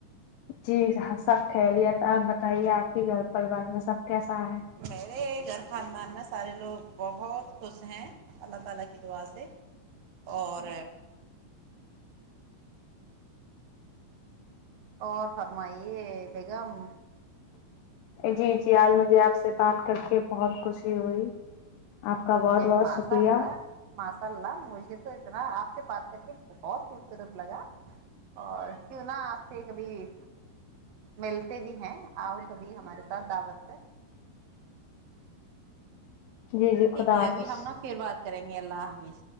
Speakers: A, on the left; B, on the right.
A: جی سب خیریت آپ بتائیے آپ کے گھر پریوار میں سب کیسا ہے
B: میرے گھر خاندان میں سارے لوگ بہت خوش ہیں اللہ تعالی کی دعا سے اور اور فرمائیے بیگم
A: جی جی آج مجھے آپ سے بات کر کے بہت خوشی ہوئی آپ کا
B: مجھے
A: بہت بہت
B: ماشاء
A: شکریہ
B: اللہ ماشاء اللہ مجھے تو اتنا آپ سے بات کر کے بہت خوبصورت لگا اور کیوں نہ آج سے کبھی ملتے بھی ہیں آؤ کبھی ہمارے ساتھ دعوت ہے
A: جی جی
B: ٹھیک
A: خدا
B: ہے
A: حافظ
B: ابھی ہم نا پھر بات کریں گے اللہ حافظ